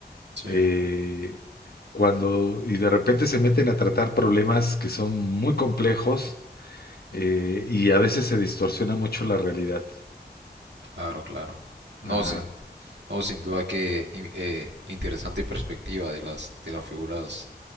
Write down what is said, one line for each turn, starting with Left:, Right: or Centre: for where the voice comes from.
Right: sí,
Left: eh, cuando y de repente se meten a tratar problemas que son muy complejos eh, y a veces se distorsiona mucho la realidad.
Right: claro, claro. No,
Left: Ajá,
Right: sin, no, sin duda que in- eh, interesante perspectiva de las, de las figuras